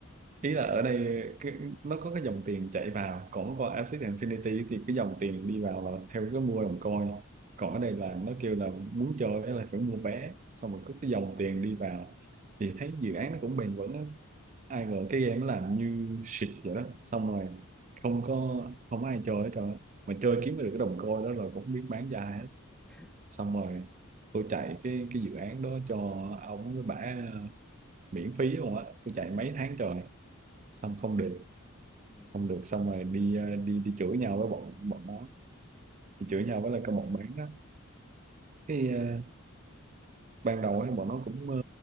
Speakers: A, on the right (about 35°); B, in the centre.
A: ý là ở đây cái, nó có cái dòng tiền chạy vào còn qua Axie Infinity thì cái dòng tiền đi vào là theo cái mua đồng coin còn
B: Ờ,
A: ở đây là nó kêu là muốn chơi á là phải mua vé xong rồi có cái dòng tiền đi vào thì
B: ờ,
A: thấy dự án nó cũng bền vững á
B: ừ.
A: ai ngờ cái game nó làm như shit vậy đó xong rồi không có không ai chơi hết trơn á. mà chơi kiếm được cái đồng coin đó rồi cũng không biết bán ra hết
B: <laughs>
A: xong rồi tôi chạy cái cái dự án đó cho ông với bả miễn phí luôn á tôi chạy mấy tháng trời xong không được
B: Ừ.
A: không được xong rồi đi ờ, đi đi chửi nhau với bọn bọn nó đi chửi
B: Ừ.
A: nhau với lại cái bọn bán á cái ờ, ban đầu ấy bọn nó cũng ờ,